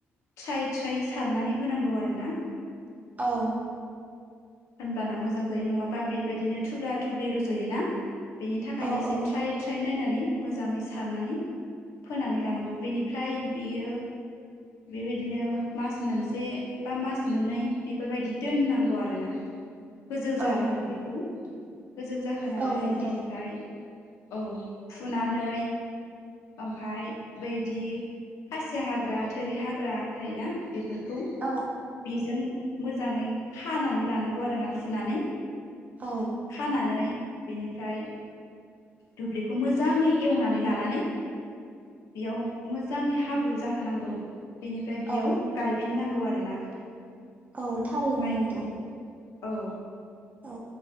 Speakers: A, on the left; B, on the right.
A: थ्राय थ्राय सारनानै होनांगौ आरोना
B: औ
A: होनबाना मोजां जायो नङाबा बेबायदिनो थुब्रा थुब्रि रज'यो ना बेनि थाखायनो
B: औ
A: एसे
B: औ
A: ट्राय ट्राय नायनानै मोजाङै सारनानै फोनानै लानांगौ बेनिफ्राय बियो बेबायदिनो मास मोनसे बा मास मोननै बेफोरबायदि दोननांगौ आरोना गोजौ
B: औ
A: जाहोनांगौ बेखौ गोजौ जाहोनानै
B: औ नोंथां
A: बेनिफ्राय औ फुनानै। ओमफाय बैदि खासिया हाग्रा, थोरि हाग्रा थायोना। बेफोरखौ
B: औ
A: बेजों मोजाङै खानानै लानांगौ आरोना फुनानै।
B: औ
A: खानानै बेनिफ्राय दुब्लिखौ मोजाङै एवनानै लानानै बेयाव मोजाङै हाब्रु जाहोनांगौ। बेनिफ्राय बेयाव
B: औ
A: गायफिननांगौ आरोना।
B: औ थारैनो
A: माइखौ
B: नोंथां।
A: औ।
B: औ।